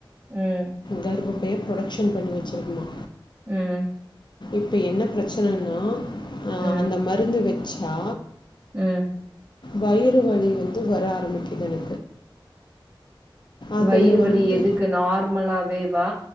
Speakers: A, on the right (about 35°); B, on the left (about 60°).
A: ம்
B: கர்பப்பையே புரொடக்ஷன் பண்ணி வச்சிருக்குமா
A: ம்
B: இப்ப என்ன பிரச்சனன்னா ஆ
A: ம்
B: அந்த மருந்து வெச்சா
A: ம்
B: வயிறு வலி வந்து வர ஆரம்மிக்குது என அது
A: வயிறு வலி
B: வந்து
A: எதுக்கு நார்மலாவே வா